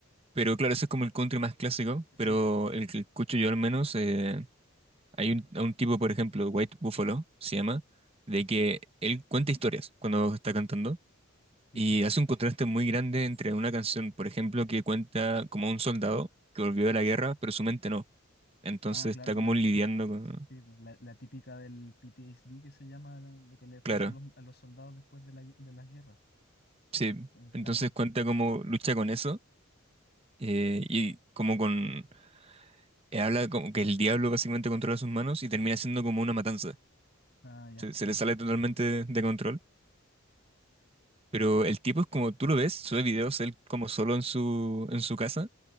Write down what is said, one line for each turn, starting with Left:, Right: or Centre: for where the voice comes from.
Right: Pero claro, eso es como el country más clásico,
Left: Sí,
Right: pero
Left: po,
Right: el que escucho yo al menos eh, Hay un, a un tipo, por ejemplo, White Buffalo, se llama, de que él cuenta historias cuando está cantando
Left: sí,
Right: y
Left: sí.
Right: hace un contraste muy grande entre una canción, por ejemplo, que cuenta como un soldado que volvió de la guerra, pero su mente no. Entonces
Left: Ah, claro,
Right: está
Left: como
Right: como
Left: el-
Right: lidiando
Left: eh,
Right: con...
Left: sí, po, la, la típica del PTSD que se llama la- lo que les pasa
Right: Claro,
Left: a los, a los soldados después de la, gue- de las guerras.
Right: sí.
Left: Como que
Right: Entonces
Left: la mente.
Right: cuenta como lucha con eso eh, y como con... eh, Habla como que el diablo básicamente controla sus manos y termina siendo como una matanza.
Left: Ah, ya,
Right: Se, se
Left: sí.
Right: le
Left: po.
Right: sale totalmente de de control. Pero el tipo es como, tú lo ves, sube videos él como solo en su, en su casa,